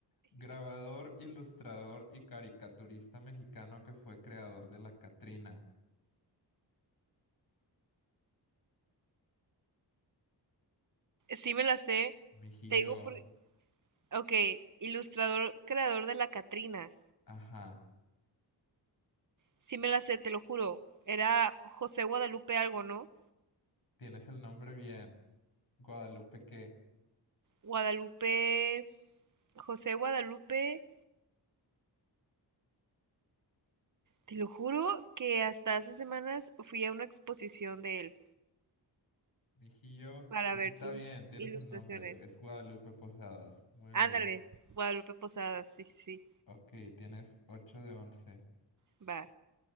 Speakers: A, on the left; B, on the right.
A: Grabador, ilustrador y caricaturista mexicano que fue creador de la Catrina.
B: Sí me la sé,
A: Mijillo,
B: te digo por... Ok, ilustrador, creador de la Catrina.
A: ajá,
B: Sí me la sé, te lo juro. Era José Guadalupe algo, ¿no?
A: tienes el nombre bien. Guadalupe, ¿qué?
B: Guadalupe, José Guadalupe, te lo juro que hasta hace semanas fui a una exposición de él
A: Mijillo,
B: para
A: pues
B: ver
A: está
B: sus
A: bien, tienes
B: ilustraciones.
A: el nombre, es Guadalupe Posadas, muy bien.
B: Ándale, Guadalupe Posadas, sí, sí, sí,
A: Ok, tienes ocho de once.
B: va.